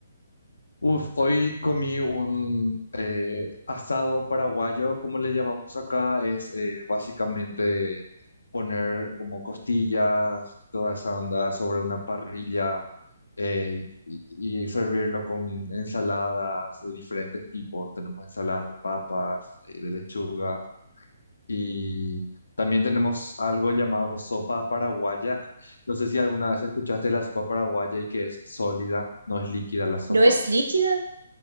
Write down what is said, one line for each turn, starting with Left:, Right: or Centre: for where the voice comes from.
Left: Uf, hoy comí un eh, asado paraguayo, como le llamamos acá, es eh, básicamente poner como costillas y toda esa onda sobre una parrilla eh, y, y servirlo con ensaladas de diferentes tipos. Tenemos ensaladas de papas, eh, de lechuga. Y también tenemos algo llamado sopa paraguaya. <laughs> No sé si alguna vez escuchaste la sopa paraguaya y que es sólida, no es líquida la sopa.
Right: ¿No es líquida?